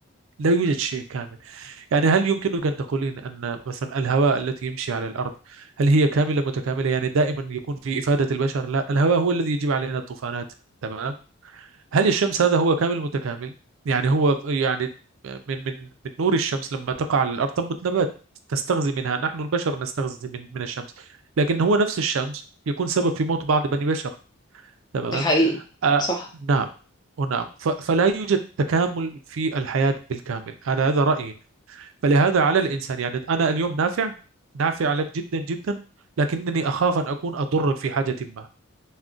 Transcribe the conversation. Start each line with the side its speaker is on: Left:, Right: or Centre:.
Right: لا يوجد شيء كامل يعني هل يمكنك أن تقولين أن مثلا الهواء التي يمشي على الأرض هل هي كاملة متكاملة يعني دائما يكون في إفادة البشر لا الهواء هو الذي يجيب علينا الطوفانات تمام هل الشمس هذا هو كامل متكامل يعني هو يعني من من من نور الشمس لما تقع على الارض تنبت نبات تستغذي منها نحن البشر نستغذي من من الشمس لكن هو نفس الشمس يكون سبب في موت بعض بني بشر تمام
Left: ده حقيقي
Right: آه
Left: صح
Right: نعم ونعم ف- فلا يوجد تكامل في الحياة بالكامل هذا هذا رأيي فلهذا على الإنسان يعني أنا اليوم نافع نافع لك جدا جدا لكنني أخاف أن أكون أضرك في حاجة ما